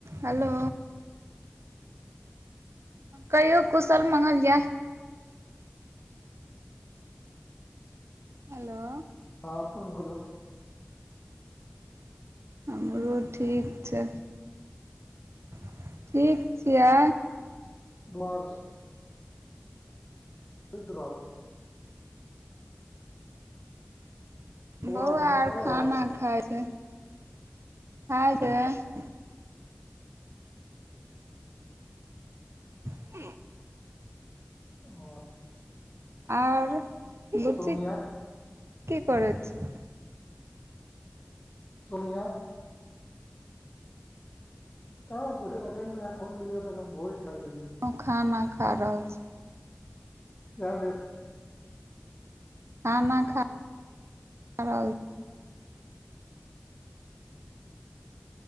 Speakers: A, on the right (about 85°); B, on the left (about 35°).
A: Hello कहियो कुशल मंगल जे हेलो
B: अहाँ अपन कहयौ
A: हमरो ठीक छै <inaudible> ठीक छियै
B: आओर सब सुइत रहल दुआर
A: बौआ
B: खाना
A: आर
B: खा
A: खाना
B: लेलक
A: खाय छै खाय छै <unintelligible>
B: हअ
A: आओर बुच्ची
B: सोमिया
A: <inaudible> की करय छै
B: सुनिया कह तोनिय त हम भोरे चल गेलिये
A: हम खाना खा रहल छी
B: इहे न
A: खाना
B: नहि
A: खा खा रहल